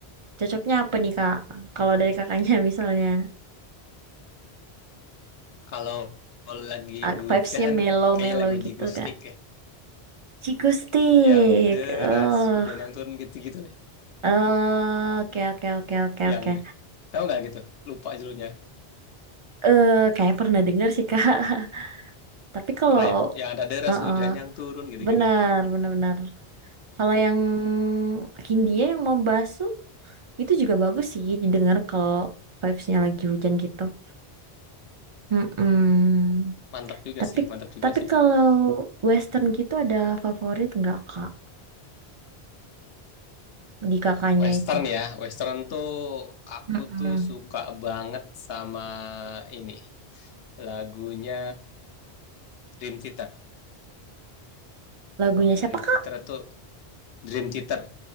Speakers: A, on the right; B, on the left.
A: cocoknya apa nih kak? Kalau dari kakaknya <laughs> misalnya,
B: kalau lagi
A: ah,
B: hujan
A: vibes-nya mellow-mellow
B: kayaknya lagu
A: gitu
B: Jigustik
A: kak.
B: ya
A: Ciku stick.
B: yang deras
A: Oh,
B: hujan yang turun gitu-gitu deh.
A: oh, oke oke oke oke
B: yang
A: oke.
B: tahu nggak gitu lupa judulnya
A: Eh, kayak pernah dengar sih kak. <laughs> Tapi kalau,
B: pernah ya yang ada deras
A: heeh,
B: hujan yang turun gitu-gitu
A: benar benar benar. Kalau yang Hindia yang mau basuh itu juga bagus sih didengar kalau vibes-nya lagi hujan gitu. Mm-mm.
B: mantap juga
A: Tapi
B: sih mantap juga
A: tapi
B: sih
A: kalau western gitu ada favorit nggak Kak di kakaknya
B: Western
A: itu?
B: ya, Western tuh aku
A: Mm-mm.
B: tuh suka banget sama ini lagunya Dream Theater.
A: Lagunya
B: Wah,
A: siapa
B: Dream
A: Kak?
B: Theater tuh Dream Theater,